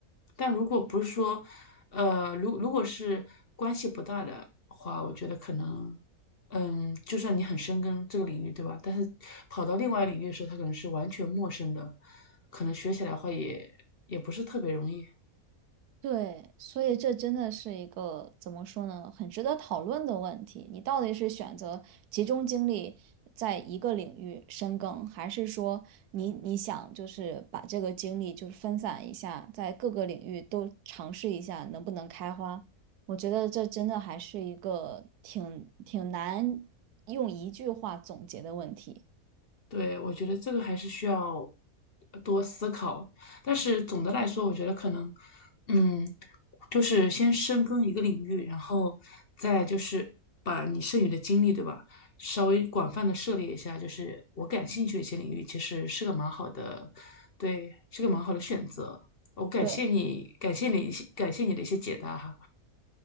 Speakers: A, on the left; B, on the right.
A: 但如果不是说，呃，如如果是关系不大的话，我觉得可能嗯，就算你很深耕这个领域，对吧？但是跑到另外领域的时候，它可能是完全陌生的，可能学起来的话也也不是特别容易。
B: 对，所以这真的是一个怎么说呢，很值得讨论的问题。你到底是选择集中精力在一个领域深耕，还是说你你想就是把这个精力就是分散一下，在各个领域都尝试一下能不能开花？我觉得这真的还是一个挺挺难用一句话总结的问题。
A: 对，我觉得这个还是需要多思考。但是总的来说，我觉得可能，嗯，就是先深耕一个领域，然后再就是把你剩余的精力，对吧？稍微广泛的涉猎一下，就是我感兴趣的一些领域，其实是个蛮好的，对，是个蛮好的选择。我感谢你，
B: 对，
A: 感谢你一些感谢你的一些解答哈，